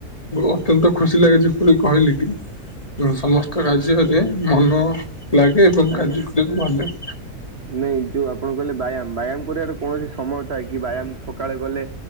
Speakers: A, on the left; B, on the right.
A: ଅତ୍ୟନ୍ତ ଖୁସି ଲାଗେଛି ଯେପରି କହିଲି କି
B: ହୁଁ
A: ସମସ୍ତ କାର୍ଯ୍ୟ ମନ ଲାଗେ ଏବଂ
B: ଆଜ୍ଞା।
A: କାର୍ଯ୍ୟ କରିବାକୁ ଭାଲ ଲାଗେ।
B: ନାଇଁ ଯୋଉ ଆପଣ କଲେ ବ୍ୟାୟାମ ବ୍ୟାୟାମ କରିବାର କୌଣସି ସମୟ ଥାଏ କି ବ୍ୟାୟାମ ସକାଳେ ଗଲେ